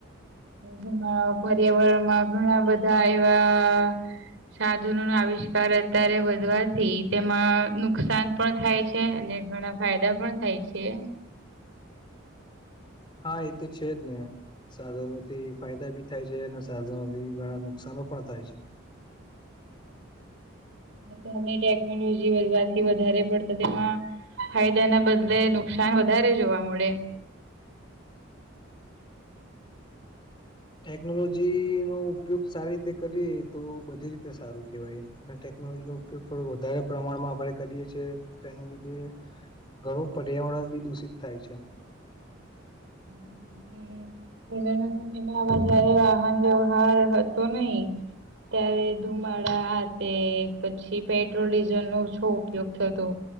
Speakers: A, on the right; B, on the left.
A: જેમાં પર્યાવરણમાં ઘણા બધા એવા સાધુનો નો આવિષ્કાર અત્યારે વધવાથી તેમાં નુકસાન પણ થાય છે અને ઘણા ફાયદા પણ થાય છે
B: હા એ તો છે જ ને સાધનો થી ફાયદા ભી થાય છે અને સાધનોથી ઘણા નુકશનો પણ થાય છે
A: તો ટેકનોલોજી વધવાથી વધારે પડતા તેમાં ફાયદા ના બદલે નુકસાન વધારે જોવા મળે
B: ટેકનોલોજી નો ઉપયોગ સારી રીતે કરીએ તો બધી રીતે સારું કેહેવાય અને ટેકનોલોજી નો ઉપયોગ થોડો વધારે પ્રમાણમાં આપણે કરીએ છીએ તેના લીધે ઘર પર્યાવરણ બી દૂષિત થાય છે
A: <unintelligible> પહેલાના સમયમાં હ જયારે વાહન વ્યવહાર હતો નહી ત્યારે ધુમાડા તે પછી પેટ્રોલ ડીઝલ નો શ ઉપયોગ થતો